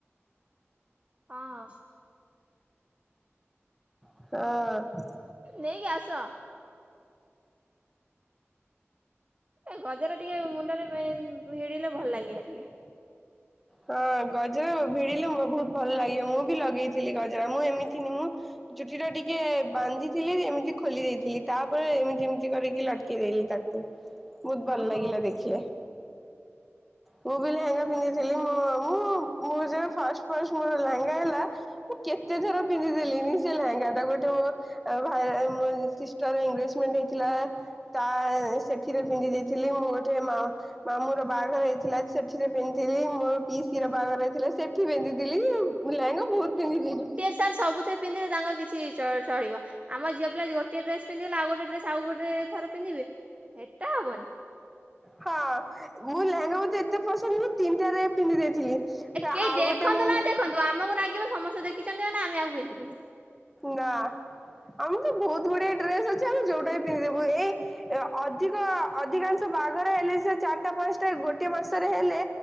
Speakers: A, on the right; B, in the centre.
A: ହଁ।
B: ହଁ।
A: ନେଇକିଆସ। ଏ ଗଜରା ଟିକେ ମୁଣ୍ଡରେ ଭିଡିଲେ ଭଲ ଲାଗିବ ଟିକେ
B: ହଁ ଗଜରା ଭିଡିଲେ ବହୁତ ଭଲ ଲାଗିବ ମୁଁ ବି ଲଗେଇଥିଲି ଗଜରା ମୁଁ ଏମିତିନି ମୁଁ ଚୁଟି ଟା ଟିକେ ବାନ୍ଧିଥିଲି ଏମିତି ଖୋଲି ଦେଇଥିଲି ତାପରେ ଏମିତି ଏମିତି କରିକି ଲଟକେଇ ଦେଲି ତାକୁ ବହୁତ ଭଲ
A: ଓହୋ
B: ଲାଗିଲା ଦେଖିଲେ ମୁଁ ବି ଲେହେଙ୍ଗା ପିନ୍ଧିି ହେଲେ ମୁଁ ମୋର ଯେବେ ଫାଷ୍ଟ ଫାଷ୍ଟ ମୋର ଲାହାଙ୍ଗା ହେଲା। ମୁଁ କେତେ ଥର ପିନ୍ଧିଦେଲିନି ସେ ଲେହେଙ୍ଗା ଟାକୁ ଗୋଟେ ଆ ଭାଇରେ ମୋ ସିଷ୍ଟର ଏଙ୍ଗ୍ରାଜମେଣ୍ଟ ହେଇଥିଲା। ତା ସେଠିରେ ପିନ୍ଧି ଦେଇଥିଲି ମୁଁ ଗୋଟେ ମା ମାମୁ ର ବାହାଘର ହେଇଥିଲା ସେଠିରେ ପିନ୍ଧ ଥିଲି ମୋର ପିଇଶିର ବାହାଘର ହେଇଥିଲା ସେଠି ପିନ୍ଧିଥିଲି ଲେହେଙ୍ଗା ବହୁତ ପିନ୍ଧିଥିଲି।
A: ତାର୍ ସବୁଥିରେ ପିନ୍ଧିବେ ତାଙ୍କର କିଛି ଚଳିବ। ଆମ ଝିଅ ପିଲା ଗୋଟିଏ ଡ୍ରେସ୍ ପିନ୍ଧିଲେ ଆଉ ଗୋଟେ ଡ୍ରେସ୍ ଆଉ ଗୋଟ ଥର ପିନ୍ଧିବେ ଏଟା ହବନି।
B: ହଁ ମୁଁ ଲେହେଙ୍ଗା ମତେ ଏତେ ପସନ୍ଦ ମୁଁ ତିନିଟାରେ ପିନ୍ଧି ଦେଇଥିଲି।
A: କେହି
B: ଆଉ
A: ଦେଖନ୍ତୁ
B: ଗୋଟେ ମୋ
A: ନା ଦେଖନ୍ତୁ ଆମକୁ ନାଗିବ ସମସ୍ତେ ଦେଖିଛନ୍ତି ମାନେ ଆମେ ଆଉ ପିନ୍ଧିବୁନୁ।
B: ନା ଆମକୁ ତ ବହୁତ ବଢିଆ ଡ୍ରେସ୍ ଅଛି ଆମେ ଯୋଉଟା ବି ପିନ୍ଧିିଦବୁ ଏଇ ଏ ଅଧିକ ଅଧିକାଂଶ ବାହାଘର ହେଲେ ସେ ଚାରିଟା ପାଞ୍ଚଟା ଗୋଟିଏ ମାସରେ ହେଲେ